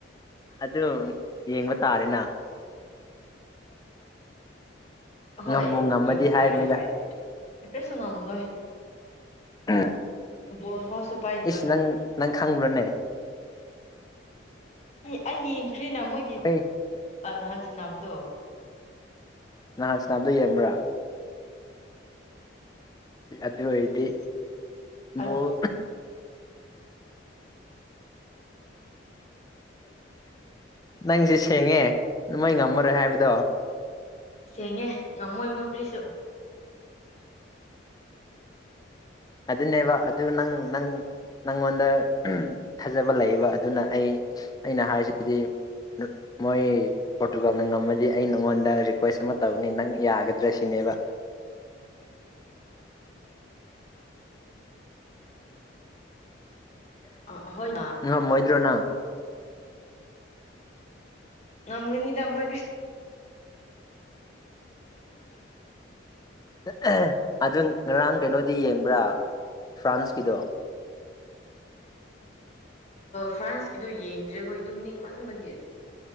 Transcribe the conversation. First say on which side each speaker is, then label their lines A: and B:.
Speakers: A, on the left (about 20°); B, on the left (about 35°).
A: ꯑꯗꯨ ꯌꯦꯡꯕ ꯇꯥꯔꯦꯅ
B: ꯍꯣꯏ
A: ꯉꯝꯕꯨ ꯉꯝꯃꯗꯤ
B: ꯌꯦꯡꯕ
A: ꯍꯥꯏꯕꯅꯤꯗ
B: ꯇꯥꯔꯦ ꯍꯣꯏ ꯀꯔꯤꯁꯨ ꯉꯝ ꯅꯣꯏ
A: ꯎꯝ
B: <inaudible> ꯄꯥꯏꯗ꯭ꯔꯕ
A: ꯏꯏꯁ ꯑꯦꯟ. ꯖꯤ. ꯑꯦꯟ. ꯖꯤ. ꯈ꯭ꯡꯕ꯭ꯔꯥꯅꯦ꯫
B: ꯑꯩꯌꯦꯡ ꯀ꯭ꯔꯤꯅꯥ ꯃꯣꯏꯒꯤꯞ
A: ꯍꯣꯏ
B: ꯑ ꯍꯟꯁꯤꯅꯕꯗꯣ
A: ꯅꯍꯥꯟꯁꯤ ꯅꯍꯗꯣ ꯌꯦꯡꯕ꯭ꯔꯥ ꯑꯗꯨ ꯑꯣꯏꯔꯗꯤ
B: ꯑꯗꯨꯒ
A: ꯕꯣꯜ ꯅꯪꯁꯦ ꯁꯦꯡꯉꯦ ꯃꯣꯏ ꯉꯝꯃꯔꯣꯏ ꯍꯥꯏꯕꯗꯣ
B: ꯁꯦꯡꯉꯦ ꯉꯝꯃꯣꯏ ꯃꯣꯏ ꯄ꯭ꯔꯤꯁꯨ
A: ꯑꯗꯨꯅꯦꯕ ꯑꯗꯨ ꯅꯪ ꯅꯪ ꯅꯪꯉꯣꯟꯗ ꯊꯥꯖꯕ ꯂꯩꯕ ꯑꯗꯨꯅ ꯑꯩ ꯑꯩꯅ ꯍꯥꯏꯔꯤꯁꯤꯗꯤ ꯃꯣꯏ ꯄꯣꯔꯇꯨꯒꯥꯜꯅ ꯉꯝꯃꯗꯤ ꯑꯩ ꯅꯪꯉꯣꯟꯗ ꯔꯤꯀ꯭ꯋꯦꯁ ꯑꯃ ꯇꯧꯅꯤ ꯅꯪ ꯌꯥꯒꯗ꯭ꯔꯥ ꯁꯤꯅꯦꯕ
B: ꯑꯍꯣꯏꯅ
A: ꯉ ꯃꯣꯏꯗ꯭ꯔꯣꯅ
B: ꯅꯝꯒꯅꯤꯗ ꯃ
A: <inaudible> ꯑꯗꯨ ꯉꯔꯥꯡ ꯀꯩꯅꯣꯗꯤ ꯌꯦꯡꯕ꯭ꯔꯥ ꯐ꯭ꯔꯥꯟꯁꯀꯤꯗꯣ
B: ꯐ꯭ꯔꯥꯟꯁꯀꯤꯗꯣ ꯌꯦꯡꯗ꯭ꯔꯦ ꯑꯩꯈꯣꯏ ꯇꯨꯝꯅꯤꯡ ꯃꯟꯕꯒꯤ